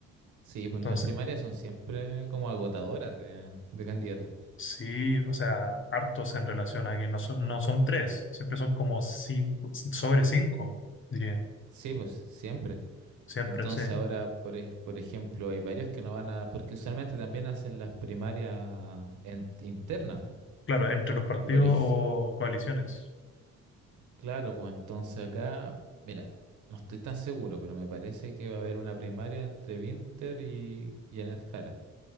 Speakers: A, on the right; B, on the left.
A: sí, pues
B: Entonces,
A: las primarias son siempre como agotadoras de, de candidatos.
B: sí, o sea, hartos en relación a que no son, no son tres, siempre son como cinco, sobre cinco, diría.
A: Sí, pues siempre.
B: Siempre,
A: Entonces
B: sí.
A: ahora, por, ej- por ejemplo, hay varios que no van a, porque usualmente también hacen las primarias en- internas, po.
B: Claro, entre los partidos
A: Y por, ej-
B: o coaliciones.
A: Claro, pues entonces acá, mira, no estoy tan seguro, pero me parece que va a haber una primaria entre Winter y Janet Jara.